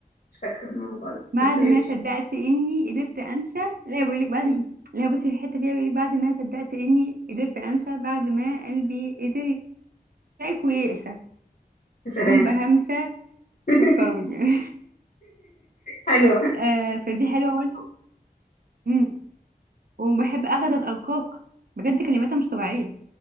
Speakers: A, on the left; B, on the right.
A: مش فاكرة الموضوع ده
B: بعد
A: بس ماشي
B: ما صدقت اني قدرت انسى لا بيقول لك بعد ما... لا بصي الحته فيها بيقول لك بعد ما صدقت اني قدرت انسى بعد ما قلبي قدر يشاك ويقسى
A: يا سلام
B: جم بهمسه
A: <laughs>
B: فكروني <laughs>
A: حلوة
B: آه فدي حلوه برضه مم. وبحب اخد الالقاك بجد كلماتها مش طبيعيه